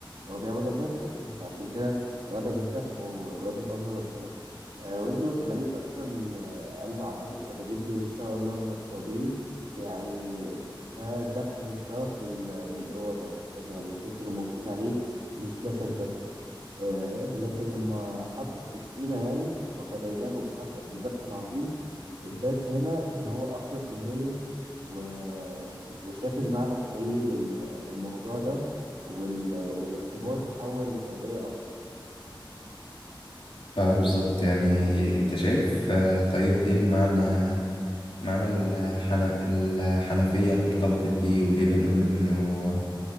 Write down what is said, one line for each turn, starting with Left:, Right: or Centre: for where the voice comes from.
Right: هو بيعبد ربنا ذات نفسه فعشان كده غضب الذبح هو غضب أمر ربنا آه، وابنه اسماعيل اصلا آه، قال له اعتقد ستجدني ان شاء الله من الصابرين يعني ده ذبح مشترك لل... للاراده يعني فاهم يعني الاتنين كانوا موافقين عليه مش جسد بس آه لكن لما حط السكينه يعني وفديناه بذبح بذبح عظيم الدرس هنا ان هو اخلص النيه و... وشاف المعنى الحقيقي لل... للموضوع ده وال... والاختبار تحول لترقيه اكتر
Left: اه بالظبط يعني انت شايف آه، طيب ايه المعنى معنى الحنا... الحنفية اللي ارتبطت بيه وليه بنقول إنه